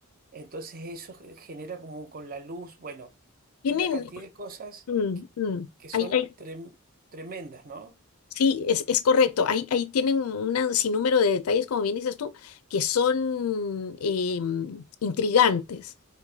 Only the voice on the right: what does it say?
Entonces eso ge- genera como con la luz, bueno,
una cantidad de cosas
que
que son
trem- tremendas, ¿no?